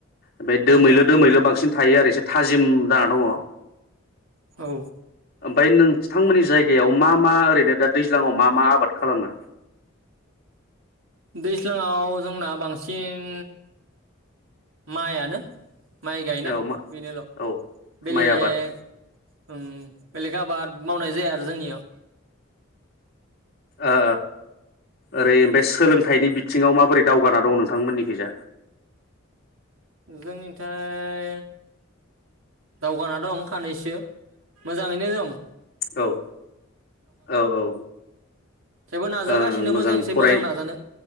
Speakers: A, on the left; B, on the right.
A: ओमफाय दोमैलु
B: औ
A: दोमैलु बांसिन थायो आरो एसे थाजिम जाना दङ
B: औ
A: ओमफाय नोंथांमोननि जायगायाव मा मा ओरैनो दा दैज्लाङाव मा मा आबाद खालामो?
B: दैज्लांआव जोंना बांसिन माइआनो। माइ गायनाय
A: औ मा
B: बेनोल'
A: औ
B: बेलेग
A: माइ आबाद
B: ओं बेलेग आबाद मावनाय जाया आरो जोंनियाव।
A: ओ ओरै ओमफाय सोलोंथाइनि बिथ थिङाव माबोरै दावगाना दं नोंथांमोननिखैजा?
B: जोंनिथाय दावगाना दं खानैैसो मोजाङैनो दं।
A: औ औ औ
B: थेबो नाजागासिनो
A: ओं
B: मोजांनिसाय
A: फराय
B: मोजां नाजानो